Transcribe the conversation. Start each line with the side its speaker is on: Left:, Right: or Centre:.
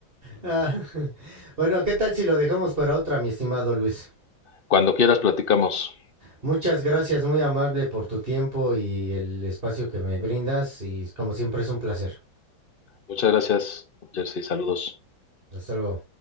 Right: Ah, <laughs> bueno, ¿qué tal si lo dejamos para otra, mi estimado Luis?
Left: Cuando quieras platicamos.
Right: Muchas gracias, muy amable por tu tiempo y el espacio que me brindas y como siempre es un placer.
Left: Muchas gracias, Jersey. Saludos.
Right: Hasta luego.